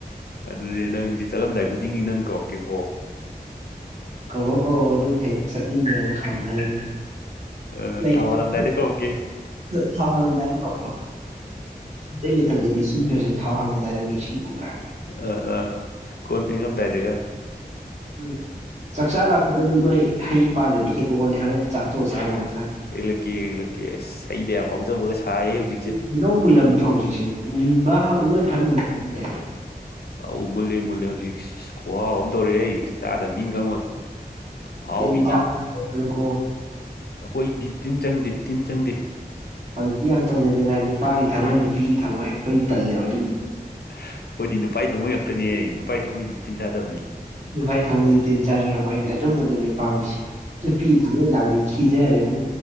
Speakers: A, on the left (about 75°); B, on the right (about 45°).
A: ꯑꯗꯨꯗꯤ ꯅꯪꯁꯦ ꯆꯠꯂꯝꯗꯥꯏ ꯈꯨꯗꯤꯡꯒꯤ ꯅꯪ ꯀꯧꯔꯛꯀꯦꯀꯣ
B: ꯀꯧꯔꯣ ꯀꯧꯔꯣ ꯑꯗꯨ ꯍꯦꯛ ꯆꯠꯃꯤꯟꯅꯔꯒ ꯗꯥꯏ
A: ꯑꯥ
B: ꯂꯩꯇ
A: ꯊꯥꯎ ꯍꯥꯜꯂꯝꯗꯥꯏꯗ ꯀꯧꯔꯛꯀꯦ
B: ꯊꯥꯎ ꯍꯜꯂꯝꯗꯥꯏꯗ ꯀꯛꯂꯣ ꯑꯇꯩ ꯃꯇꯝꯗ ꯅꯤꯡꯁꯤꯡꯕꯤꯗ꯭ꯔꯁꯨ ꯊꯥꯎ ꯍꯜꯂꯝꯗꯥꯏꯗ ꯅꯤꯡꯁꯤꯡꯉꯨ ꯀꯥꯏꯅ
A: ꯑꯥ ꯑꯥ ꯀꯣꯟ ꯐꯦꯡꯉꯝꯗꯥꯏꯗꯒ
B: ꯎꯝ ꯆꯥꯛꯆꯥ ꯂꯥꯛꯄꯗꯕꯨ ꯅꯣꯏ ꯍꯩ ꯄꯥꯜꯂꯗꯤ ꯍꯦꯛ ꯂꯛꯑꯣꯅꯦ ꯍꯣꯔꯦꯟ ꯆꯥꯛ ꯇꯣꯛ ꯆꯥꯅꯕ ꯈꯔ
A: ꯍꯦꯂꯛꯀꯦ ꯍꯦꯂꯛ ꯀꯦꯁ ꯍꯩ ꯗ ꯌꯥꯝ ꯉꯥꯎꯖꯕꯒ ꯁꯥꯏꯌꯦ ꯍꯧꯖꯤꯛꯁꯦ
B: ꯍꯩꯅꯧ ꯃꯨꯜꯂꯝꯗ꯭ꯔꯣ ꯍꯧꯖꯤꯛꯁꯦ ꯃꯨꯟꯕ ꯍꯧ ꯂꯣꯏ ꯐꯟ ꯃꯨꯟꯅꯕꯅꯤꯅꯦ
A: ꯑꯧ ꯃꯨꯂꯦ ꯃꯨꯜꯂꯦ ꯍꯧꯖꯤꯛ ꯈꯨꯍꯥꯎ ꯑꯃ ꯇꯧꯔꯦ ꯆꯥꯗ ꯃꯤꯅ ꯈꯪꯉꯣꯏ ꯑꯍꯥꯎꯕꯤꯅꯤ
B: <inaudible> ꯔꯨꯀꯣ
A: ꯑꯩꯈꯣꯏꯗꯤ ꯇꯤꯟ ꯆꯪꯗꯦ ꯇꯤꯟ ꯆꯪꯗꯦ
B: ꯍꯧꯖꯤꯛꯇꯤ ꯌꯥꯝ ꯇꯧꯅꯔꯦꯗꯅ ꯅꯨꯄꯥꯒꯤ ꯊꯃꯣꯏ ꯅꯨꯄꯤꯒꯤ ꯊꯃꯣꯏ ꯑꯩꯈꯣꯏꯗꯤ ꯇꯜꯂꯦꯕ ꯑꯗꯨꯝꯕꯗꯣ
A: ꯑꯩꯈꯣꯏꯗꯤ ꯅꯨꯄꯥ ꯊꯝꯃꯣꯏ ꯉꯥꯛꯇꯅꯦ ꯅꯨꯄꯥ ꯊꯝꯃꯣꯏꯗꯤ ꯇꯤꯟ ꯆꯥꯗꯕꯅꯤ
B: ꯅꯨꯄꯥꯏ ꯊꯃꯣꯏꯗꯤ ꯇꯤꯟ ꯆꯥꯖꯔꯣꯏ ꯍꯣꯏꯅꯦ ꯑꯗꯨꯝꯕꯗꯨꯅꯤ ꯄꯥꯝꯃꯤꯁꯤ ꯅꯨꯄꯤ ꯊꯃꯣꯏ ꯀꯥꯏꯗꯤ ꯈꯤꯖꯔꯦꯕꯨ